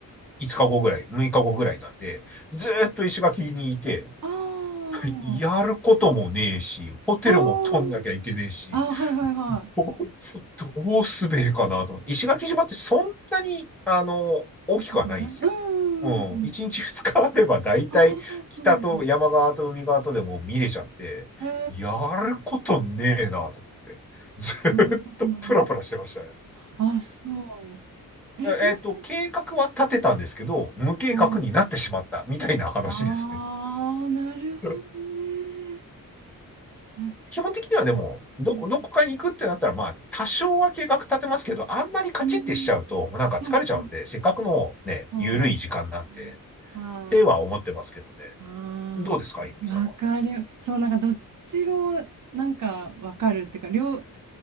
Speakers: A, in the centre; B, on the right (about 60°).
A: 5日後ぐらい、6日後ぐらいなんで、ずーっと石垣にいて、
B: ああ、
A: <laughs> やることもねえし、ホテルも取んなきゃいけねえし、
B: あーあー、はいはいはい。
A: どどうすべえかなと思って。石垣島ってそんなに、あの、大きくはないんですよ。
B: 大きくないうん。
A: うん。1日2日あれば大体北と山側と海側とでも見れちゃって、
B: ああ、そうなんだ。えー、
A: やることねえなと思って。ずーっとプラプラしてましたね。
B: なるほど、なるほど。あ、そう。え、
A: えっと、
B: その分、
A: 計画は立てたんですけど、無計画になってしまったみたいな話ですね。
B: はあ、ああ、なるほどね。
A: <laughs> うん
B: 確か
A: 基本的にはでも、ど、
B: に。
A: どこかに行くってなったら、まあ、多少は計画立てますけど、あんまりカチッてしちゃうと、
B: うん、
A: なんか疲れちゃうんで、
B: うん、うん。
A: せっかくのね、
B: そう
A: ゆるい時間なんで、
B: だね。
A: っ
B: はい。
A: ては思ってますけどね。
B: ああ、
A: どうですか、いふみさんは。
B: わかる。そう、なんかどっちもなんかわかるっていうか、両、うん